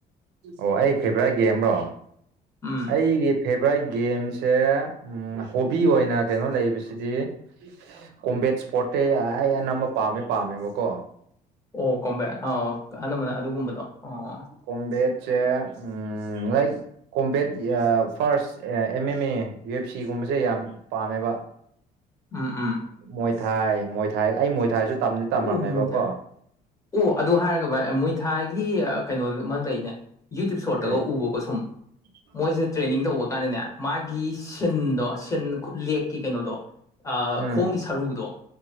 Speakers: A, on the right; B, on the left.
A: ꯑꯣ ꯑꯩ ꯐꯦꯚꯣꯔꯥꯏꯠ ꯒꯦꯝꯔꯣ
B: ꯎꯝ
A: ꯑꯩꯒꯤ ꯐꯦꯚꯣꯔꯥꯏꯠ ꯒꯦꯝꯁ ꯁꯦ ꯎꯝ ꯍꯣꯕꯤ ꯑꯣꯏꯅ ꯀꯩꯅꯣ ꯂꯩꯕꯁꯤꯗꯤ ꯀꯣꯝꯕꯦꯠ ꯏꯁ꯭ꯄꯣꯔꯠꯇꯤ ꯑꯩ ꯑꯅꯝꯕ ꯄꯥꯝꯃꯦ ꯄꯥꯝꯃꯦꯕꯀꯣ
B: ꯑꯣ ꯀꯣꯝꯕꯦꯠ ꯑꯥ ꯑꯅꯝꯕꯅ ꯑꯗꯨꯒꯨꯝꯕꯗꯣ ꯑ‌ꯣ
A: ꯀꯣꯝꯝꯕꯦꯠꯁꯦ um like combat first M M A U F C ꯒꯨꯝꯕꯁꯦ ꯌꯥꯝ ꯄꯥꯝꯃꯦꯕ
B: ꯎꯝ ꯎꯝ
A: ꯃꯣꯏꯊꯥꯏ ꯃꯣꯏꯊꯥꯏ ꯑꯩ ꯃꯣꯏꯊꯥꯏꯁꯨ ꯇꯝꯗꯤ ꯇꯝꯔꯝꯃꯦꯕꯀꯣ
B: ꯑꯣ ꯃꯣꯏ ꯊꯥꯏ ꯑꯣ ꯑꯗꯨ ꯍꯥꯏꯔꯒ ꯚꯥꯏ ꯃꯣꯏꯊꯥꯒꯤ ꯀꯩꯅꯣꯃ ꯂꯩꯅꯦ ꯌꯨꯇ꯭ꯌꯨꯞ ꯁꯣꯔꯠꯇꯒ
A: ꯑꯦ
B: ꯎꯕꯀꯣ ꯑꯁꯨꯝ
A: <inaudible>
B: ꯃꯣꯏꯁꯦ ꯇ꯭ꯔꯦꯅꯤꯡ ꯇꯧꯕ ꯀꯥꯟꯗꯅꯦ ꯃꯥꯒꯤ ꯁꯤꯟꯗꯣ ꯁꯤꯟ ꯂꯦꯛꯀꯤ ꯀꯩꯅꯣꯗꯣ ꯑꯥ
A: ꯎꯝ
B: ꯈꯣꯡꯒꯤ ꯁꯔꯨꯗꯣ